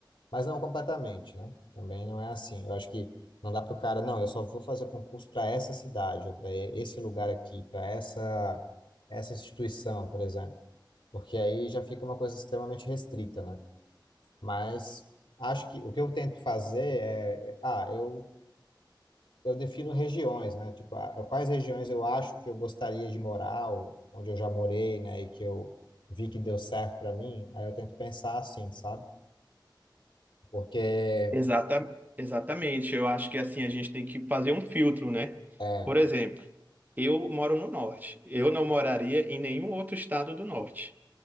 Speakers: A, on the left (about 80°); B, on the right (about 20°).
A: mas não completamente, né? Também não é assim. Eu acho que não dá para o cara, não, eu só vou fazer concurso para essa cidade ou para esse lugar aqui, para essa, essa instituição, por exemplo, porque aí já fica uma coisa extremamente restrita, né? Mas acho que o que eu tento fazer é, é, ah, eu, eu defino regiões, né? Tipo, ah, quais regiões eu acho que eu gostaria de morar, ou onde eu já morei, né? E que eu vi que deu certo para mim. Aí eu tento pensar assim, sabe? Porque,
B: Exata, exatamente. Eu acho que assim a gente tem que fazer um filtro, né?
A: é,
B: Por exemplo, eu moro no norte. Eu não moraria em nenhum outro estado do norte,